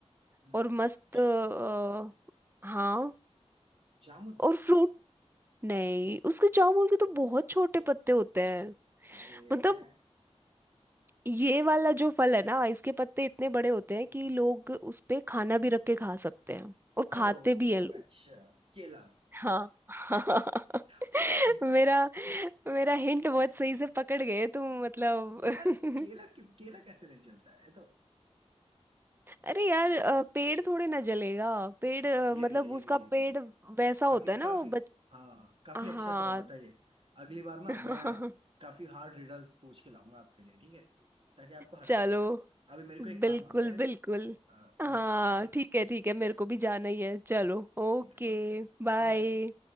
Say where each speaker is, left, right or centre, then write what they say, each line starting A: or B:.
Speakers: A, on the right (about 55°); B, on the right (about 20°).
A: हम्म,
B: और मस्त
A: ज-
B: अ, हाँ
A: जामुन
B: और फ्रूट नहीं उसके जामुन के तो बहुत छोटे पत्ते होते हैं
A: अरे
B: मतलब
A: मैं
B: ये वाला जो फल है ना इसके पत्ते इतने बड़े होते हैं कि लोग उस पे खाना भी रख के खा सकते हैं और खाते
A: ओ
B: भी हैं लोग
A: अच्छा केला
B: हाँ <laughs>
A: <laughs>
B: मेरा मेरा हिंट बहुत सही से पकड़ गए तुम मतलब
A: पर केला
B: <laughs>
A: क्यों केला कैसे नहीं चलता है ये तो
B: अरे यार अ, पेड़ थोड़े ना जलेगा पेड़
A: हाँ
B: अ,
A: ये
B: मतलब
A: भी है ये भी
B: उसका
A: है,
B: पेड़
A: ये भी
B: वैसा
A: काफी
B: होता है ना
A: काफी
B: वो बच
A: हाँ काफी
B: हाँ
A: अच्छा सवाल था ये अगली बार ना
B: <laughs>
A: मैं काफी हार्ड रिडल्स पूछ के लाऊंगा आपके लिए ठीक है ताकि आपको हरा
B: चलो
A: पाऊं अभी मेरे को एक
B: बिल्कुल
A: काम आ गया है
B: बिल्कुल
A: अ,
B: हाँ
A: मैं चलता हूँ ठीक
B: ठीक
A: है
B: है ठीक है मेरे को भी जाना ही है चलो ओके
A: ठीक है बाय
B: बाय
A: बाय।